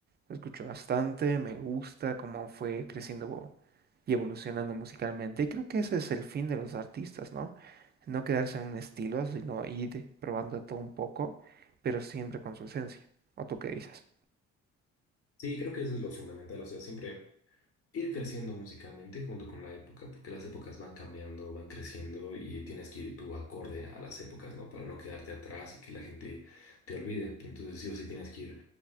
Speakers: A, on the right; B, on the left.
A: lo escucho bastante, me gusta cómo fue creciendo y evolucionando musicalmente. Y creo que ese es el fin de los artistas, ¿no? No quedarse en un estilo, sino ir probando todo un poco, pero siempre con su esencia. ¿O tú qué dices?
B: Sí, creo que eso es lo fundamental, o sea, siempre. ir creciendo musicalmente junto con la época, porque las épocas van cambiando, van creciendo y tienes que ir tú acorde a las épocas, ¿no? Para no quedarte atrás y que la gente te olvide. Entonces sí o sí tienes que ir